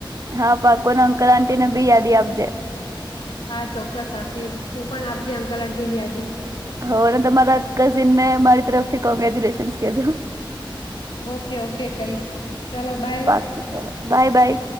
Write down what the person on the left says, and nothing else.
હા ચોક્કસ આપીશ તું પણ આપજે અંકલ આંટીની યાદી
ઓકે ઓકે કહીશ ચાલો બાય